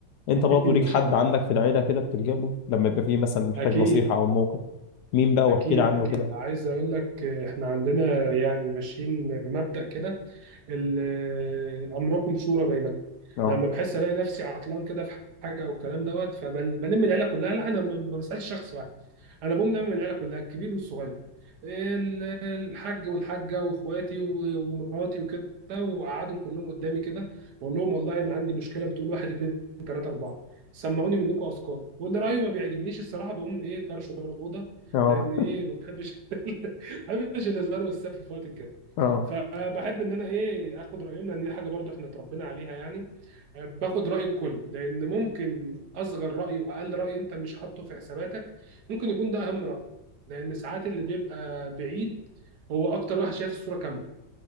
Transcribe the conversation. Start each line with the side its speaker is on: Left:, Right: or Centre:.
Left: انت
Right: <laughs>
Left: برضه
Right: ما
Left: ليك حد
Right: شاء الله
Left: عندك في العيله كده بتلجأ له لما يبقى فيه مثلا محتاج
Right: أكيد
Left: نصيحه او موقف مين بقى
Right: أكيد
Left: واحكي لي عنه
Right: أكيد
Left: كده
Right: عايز أقول لك إحنا عندنا يعني ماشيين بمبدأ كده ال- امركم شورى بينكم
Left: اه
Right: لما بحس الاقي نفسي عطلان كده في حاجه والكلام دوت فبلم العيله كلها لا انا ما ما بسالش شخص واحد انا بقوم لم العيله كلها الكبير والصغير ال- الحاج والحاجه واخواتي و- ومراتي وكده وقعدهم كلهم قدامي كده واقول لهم والله انا عندي مشكله بتقول واحد اتنين تلاته اربعه سمعوني منكم افكار واللي رايه ما بيعجبنيش الصراحه بقوم ايه طرشه بره الاوضه
Left: اه
Right: لان ايه ما بحبش <laughs> ما بحبش الهزار والسف في وقت الكلام
Left: اه
Right: فبحب ان انا ايه اخد رايهم لان دي حاجه برضو احنا اتربينا عليها يعني آه، باخد راي الكل لان ممكن اصغر راي واقل راي انت مش حاطه في حساباتك ممكن يكون ده اهم راي لان ساعات اللي بيبقى بعيد هو اكتر واحد شايف الصوره كامله